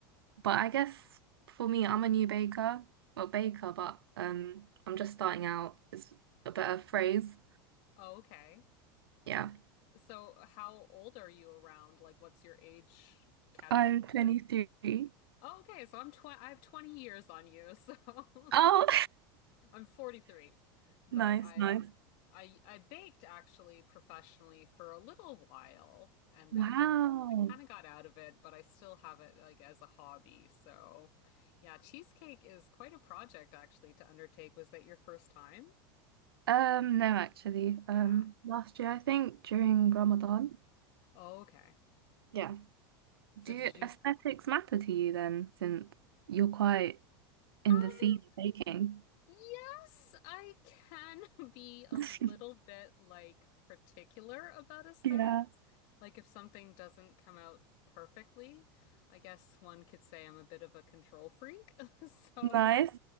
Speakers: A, on the right; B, on the left.
A: but I guess for me, I'm a new baker, well, baker, but um, I'm just starting out is a better phrase.
B: <laughs> okay.
A: Yeah,
B: So, how old are you around? Like, what's your age category?
A: I'm 23.
B: Oh, okay, so I'm tw I have 20 years on you, so
A: Oh,
B: <laughs> I'm 43, but
A: <laughs> nice,
B: I'm
A: nice.
B: I I baked actually professionally for a little while and
A: Wow.
B: then I kind of got out of it, but I still have it like as a hobby. So, yeah, cheesecake is quite a project actually to undertake. Was that your first time?
A: Um, no, actually. Um,
B: Yeah.
A: last year, I think, during Ramadan.
B: Oh, okay.
A: Yeah.
B: So
A: Do
B: did you
A: aesthetics matter to you then, since you're quite in
B: um
A: the scene of baking?
B: Yes, I can <laughs> be a
A: <laughs>
B: little bit like particular about aesthetics.
A: Yeah.
B: Like if something doesn't come out perfectly, I guess one could say I'm a bit of a control freak. <laughs> So
A: Nice.